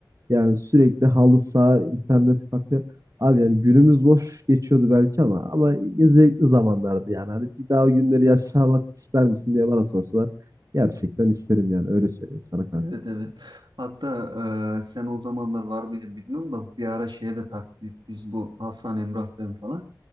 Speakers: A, on the right (about 45°); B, on the right (about 75°).
A: Yani sürekli halı saha, internet kafe. Abi yani günümüz boş geçiyordu belki ama ama ya zevkli zamanlardı yani. Hani bir daha o günleri yaşamak ister misin diye bana sorsalar gerçekten isterim yani öyle söyleyeyim sana kanka.
B: Evet evet. Hatta e, sen o zamanlar var mıydın bilmiyorum da bir ara şeye de taktik biz bu Hasan, Emrah ben falan.